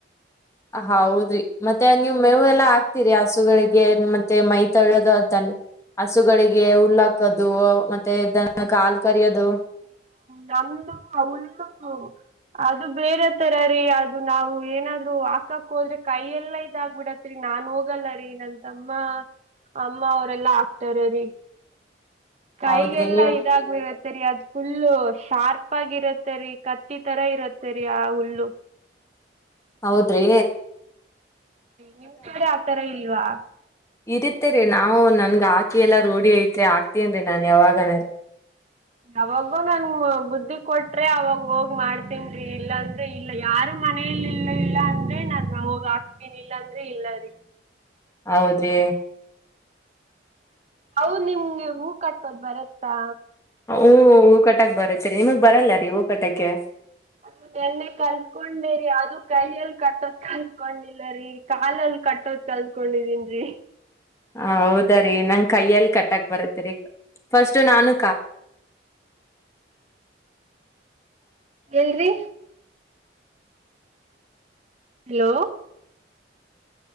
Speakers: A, on the left; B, on the right.
A: ಹೌದ್ರಿ ಮತ್ತೆ ನೀವು ಮೇವು ಎಲ್ಲ ಆಗ್ತೀರಿ ಹಸುಗಳಿಗೆ ಮತ್ತೆ ಮೈ ತಳ್ಯೋದು ಅದ್ದನ್ನ. ಹಸುಗಳಿಗೆ ಹುಲ್ಲಾಕೋದು ಮತ್ತೆ ದನ ಕ ಹಾಲು ಕರಿಯೋದು.
B: ನನ್ನ <unintelligible> ಅಮಲ್ಲ ಅದು ಬೇರೆ ತರ ರೀ ಅದು ನಾವು ಏನಾದ್ರು ಹಾಕಾಕ್ ಹೋದ್ರೆ ಕೈಯ ಎಲ್ಲ. ಇದಾಗಬಿಡತ್ರಿ ನಾ ಹೋಗಲ್ಲರಿ ನನ್ ತಮ್ಮ ಅಮ್ಮ ಅವರೆಲ್ಲಾ ಆಕ್ತಾರ ರೀ ಕೈಗೆಲ್ಲಾ
A: ಹೌದ್ರಿ ನೀವು
B: ಇದಾಗ ಇರತ್ತರಿ ಅದ್ ಫುಲ್ಲು ಶಾರ್ಪ್ ಆಗಿರತ್ತೆ ರರಿ ಕತ್ತಿ ತರ ಇರತ್ತೆ ರೀ ಆ ಹುಲ್ಲು.
A: ಹೌದ್ರಿ
B: ನಿಮ್ ಕಡೆ ಆತರ ಇಲ್ವಾ.
A: ಇರತ್ತೇ ರೀ ನಾವು ನನ್ಗ ಆಕೆ ಎಲ್ಲ ರೂಢಿ ಐತ್ರಿ ಆಕ್ತೇನ್ ರೀ ನಾನ್ ಯಾವಾಗಣ.
B: ಅವಾಗೂ ನನ್ ಬುದ್ಧಿ ಕೊಟ್ರೆ ಅವಾಗ ಹೋಗ್ ಮಾಡ್ತನ್ರಿ ಇಲ್ಲಾಂತ- ಇಲ್ಲ ಯಾರು ಮನೆಯಲ್ಲಿ ಇಲ್ಲ ಇಲ್ಲ ಅಂದ್ರೆ ನಾನು ನಾವೋಗ ಹಾಕ್ತೇನಿಲ್ಲ ಅಂದ್ರೆ ಇಲ್ಲರಿ.
A: ಹೌದ್ರಿ
B: ಹೌದು ನಿಮ್ಗೆ ಹೂ ಕಟ್ಟೋದ್ ಬರತ್ತಾ.
A: ಹಊ ಹೂ ಕಟಕ್ ಬರತ್ತರಿ ನಿಮಗ್ ಬರಲ್ಲ ರೀ ಹೂ ಕಟಕ್ಕೆ
B: ಅದು ನೆನ್ನೆ ಕಲ್ತ್ಕೊಂಡೆರಿ ಅದು ಕೈಯಲ್ಲಿ ಕಟ್ಟೋದ್ ಕಲ್ತ್ಕೊಂಡಿಲ್ಲರಿ. ಕಾಲಲ್ಲಿ ಕಟ್ಟೋದ್ ಕಲ್ತ್ಕೊಂಡಿದೀನಿರಿ
A: ಹೌದ ರೀ ನಂಗ ಕೈಯ್ಯಲ್ಲಿ ಕಟ್ಟಕ್ ಬರತ್ತರಿ ಫಸ್ಟ್ ನಾನು
B: ಎಲ್ಲಿ ರ್ರೀ ಹಲೋ